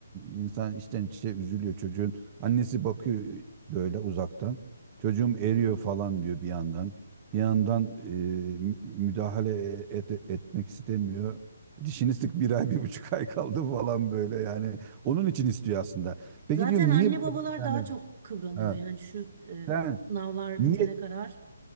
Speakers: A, on the right; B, on the right.
A: e, insan içten içe üzülüyor çocuğun. Annesi bakıyor böyle uzaktan. Çocuğum eriyor falan diyor bir yandan. Bir yandan e, mü- müdahale et- etmek istemiyor. Dişini sık bir ay bir buçuk ay kaldı falan böyle yani. Onun için istiyor aslında. Peki
B: Zaten
A: diyorum
B: anne
A: niye bu
B: babalar
A: kadar yani?
B: daha çok kıvranıyor.
A: Ha,
B: Yani şu e,
A: sen
B: sınavlar
A: niye
B: bitene kadar